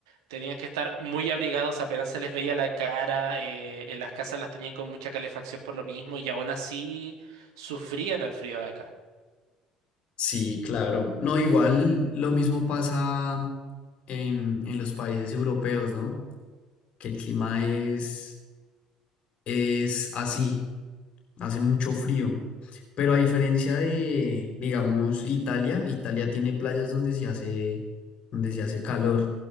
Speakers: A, on the right (about 70°); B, on the left (about 45°).
A: tenían que estar muy abrigados, apenas se les veía la cara, eh, en las casas las tenían con mucha calefacción por lo mismo y aún así sufrían el frío de acá.
B: Sí, claro. No, igual lo mismo pasa en, en los países europeos, ¿no? Que el clima es, es así. hace mucho frío. Pero a diferencia de, digamos, Italia, Italia tiene playas donde se hace, donde se hace calor.